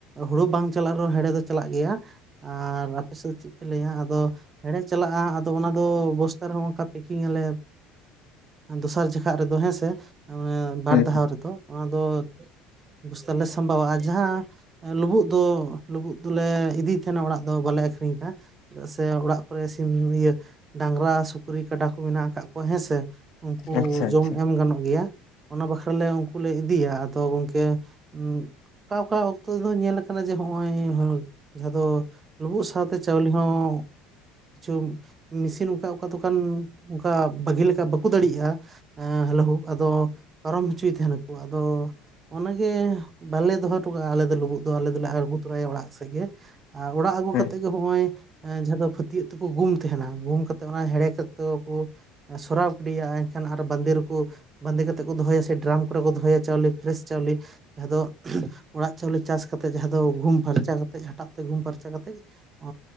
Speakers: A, on the right (about 30°); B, on the left (about 60°).
A: ᱦᱩᱲᱩ ᱵᱟᱝ ᱪᱟᱞᱟᱜ ᱨᱮᱦᱚᱸ ᱦᱮᱲᱮ ᱫᱚ ᱪᱟᱞᱟᱜ ᱜᱮᱭᱟ ᱟᱨ ᱟᱯᱮ ᱥᱮᱫ ᱫᱚ ᱪᱮᱫ ᱯᱮ ᱞᱟᱹᱭᱟ? ᱟᱫᱚ ᱦᱮᱲᱮ ᱪᱟᱞᱟᱜᱼᱟ ᱟᱫᱚ ᱚᱱᱟ ᱫᱚ ᱵᱚᱥᱛᱟ ᱨᱮᱦᱚᱸ ᱚᱱᱠᱟ ᱯᱮᱠᱤᱝ ᱟᱞᱮ ᱫᱚᱥᱟᱨ ᱡᱚᱠᱚᱡ ᱨᱮᱫᱚ ᱦᱮᱸᱥᱮ ᱵᱟᱨ
B: ᱦᱩᱸ
A: ᱫᱷᱟᱣ ᱨᱮᱫᱚ ᱚᱱᱟ ᱫᱚ ᱵᱚᱥᱛᱟ ᱞᱮ ᱥᱟᱢᱵᱟᱣᱟ ᱟ ᱡᱟᱦᱟᱸ ᱞᱩᱵᱩᱜ ᱫᱚ ᱞᱩᱵᱩᱜ ᱫᱚᱞᱮ ᱤᱫᱤᱭ ᱛᱟᱦᱮᱸᱱᱟ ᱚᱲᱟᱜ ᱫᱚ ᱵᱟᱞᱮ ᱟᱹᱠᱷᱨᱤᱧ ᱠᱟᱜ᱾ ᱪᱮᱫᱟᱜ ᱥᱮ ᱚᱲᱟᱜ ᱠᱚᱨᱮ ᱥᱤᱢ ᱰᱟᱝᱨᱟ ᱥᱩᱠᱨᱤ ᱠᱟᱰᱟ ᱠᱚ ᱢᱮᱱᱟᱜ ᱟᱠᱟᱫ ᱠᱚᱣᱟ ᱦᱮᱸᱥᱮ᱾ ᱩᱱᱠᱩ
B: ᱟᱪᱪᱷᱟ
A: ᱡᱚᱢ
B: ᱟᱪᱪᱷᱟ
A: ᱮᱢ ᱜᱟᱱᱚᱜ ᱜᱮᱭᱟ᱾ ᱚᱱᱟ ᱵᱟᱠᱷᱨᱟ ᱞᱮ ᱩᱱᱠᱩ ᱞᱮ ᱤᱫᱤᱭᱟ ᱟᱫᱚ ᱜᱚᱝᱠᱮ ᱚᱸ ᱚᱠᱟ ᱚᱠᱟ ᱚᱠᱛᱚ ᱫᱚ ᱧᱮᱞ ᱟᱠᱟᱱᱟ ᱡᱮ ᱱᱚᱜ ᱚᱭ ᱡᱟᱦᱟᱸ ᱫᱚ ᱞᱩᱵᱩᱜ ᱥᱟᱶᱛᱮ ᱪᱟᱣᱞᱮ ᱦᱚᱸ ᱠᱤᱪᱷᱩ ᱢᱮᱥᱤᱱ ᱚᱱᱠᱟ ᱚᱠᱟ ᱫᱚᱠᱟᱱ ᱚᱱᱠᱟ ᱵᱷᱟᱹᱜᱤ ᱞᱮᱠᱟ ᱵᱟᱠᱚ ᱫᱟᱲᱮᱭᱟᱜᱼᱟ᱾ ᱦᱮᱸ ᱦᱮᱞᱳ ᱦᱳᱠ ᱟᱫᱚ ᱯᱟᱨᱚᱢ ᱦᱚᱪᱚᱭᱮᱫ ᱛᱟᱦᱮᱱᱟᱠᱚ ᱟᱫᱚ ᱚᱱᱟᱜᱮ ᱵᱟᱞᱮ ᱫᱚᱦᱚ ᱦᱚᱴᱚ ᱠᱟᱜᱼᱟ ᱟᱞᱮ ᱫᱚ ᱞᱩᱵᱩᱜ ᱫᱚ ᱟᱞᱮ ᱫᱚᱞᱮ ᱟᱬᱜᱩ ᱛᱚᱨᱟᱭᱟ ᱚᱲᱟᱜ ᱥᱮᱫ ᱜᱮ ᱟᱨ ᱚᱲᱟᱜ ᱟᱹᱜᱩ
B: ᱦᱩᱸ
A: ᱠᱟ ᱠᱟᱛᱮᱫ ᱜᱮ ᱦᱚᱸᱜᱼᱚᱭ, ᱡᱟᱦᱟᱸ ᱫᱚ ᱯᱷᱟᱹᱛᱭᱟᱹᱜ ᱛᱮᱠᱚ ᱜᱩᱢ ᱛᱟᱦᱮᱱᱟ ᱜᱩᱢ ᱠᱟᱛᱮᱜ ᱚᱱᱟ ᱦᱮᱲᱮ ᱠᱟᱛᱮᱫ ᱠᱚ ᱥᱚᱨᱟᱣ ᱠᱮᱫᱤᱭᱟ ᱮᱱᱠᱷᱟᱱ ᱟᱨ ᱵᱟᱸᱫᱮ ᱨᱮᱠᱚ ᱵᱟᱸᱫᱮ ᱠᱟᱛᱮᱫ ᱠᱚ ᱫᱚᱦᱚᱭᱟ ᱥᱮ ᱰᱨᱟᱢ ᱠᱚᱨᱮ ᱠᱚ ᱫᱚᱦᱚᱭᱟ ᱪᱟᱣᱞᱮ ᱯᱷᱨᱮᱥ ᱪᱟᱣᱞᱮ ᱡᱟᱦᱟᱸ ᱫᱚ ᱚᱲᱟᱜ ᱪᱟᱣᱞᱮ ᱪᱟᱥ ᱠᱟᱛᱮᱜ ᱡᱟᱦᱟᱸ ᱫᱚ ᱜᱩᱢ ᱯᱷᱟᱨᱪᱟ ᱠᱟᱛᱮᱜ ᱦᱟᱴᱟᱜ ᱛᱮ ᱜᱩᱢ ᱯᱷᱟᱨᱪᱟ ᱠᱟᱛᱮᱜ ᱮ